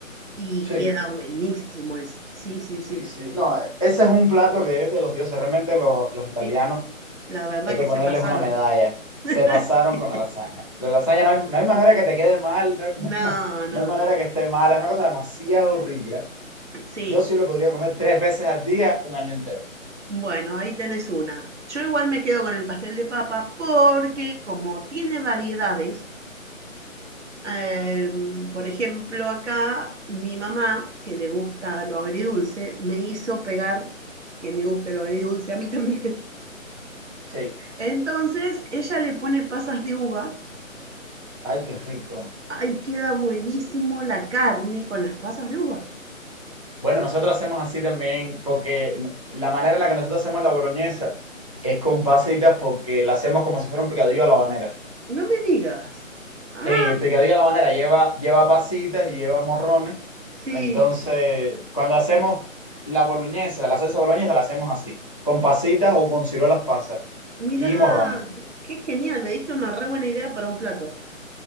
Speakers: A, on the right; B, on the left.
A: y
B: Sí,
A: queda buenísimo eso. Sí, sí,
B: sí,
A: sí.
B: sí. No, ese es un plato que es de los dioses. Realmente lo- los italianos
A: Sí, la verdad
B: Hay que
A: que
B: ponerles
A: se pasaron.
B: una medalla. Se
A: <laughs>
B: pasaron
A: Sí.
B: con la lasaña. La lasaña no hay, no hay manera que te quede mal, no <laughs> hay, no hay
A: No,
B: ma-
A: no,
B: no hay manera
A: no.
B: que esté mal. Es una cosa demasiado rica.
A: Sí,
B: Yo sí lo podría comer tres veces al día, un año entero.
A: Bueno, ahí tenés una. Yo igual me quedo con el pastel de papa porque como tiene variedades, em, por ejemplo, acá mi mamá, que le gusta lo agridulce, me hizo pegar que me guste lo agridulce a mí también. <laughs>
B: Sí.
A: Entonces, ella le pone pasas de uva.
B: Ay, qué rico.
A: Ahí queda buenísimo la carne con las pasas de uva.
B: Bueno, nosotros hacemos así también, porque n- la manera en la que nosotros hacemos la boloñesa es con pasitas, porque la hacemos como si fuera un picadillo a la habanera.
A: No me digas. Ah,
B: Sí, el picadillo a la habanera lleva, lleva pasitas y lleva morrones.
A: sí.
B: Entonces, cuando hacemos la boloñesa, la salsa boloñesa la hacemos así, con pasitas o con ciruelas pasas
A: Mirá,
B: y morrones.
A: qué genial. Me diste una re buena idea para un plato.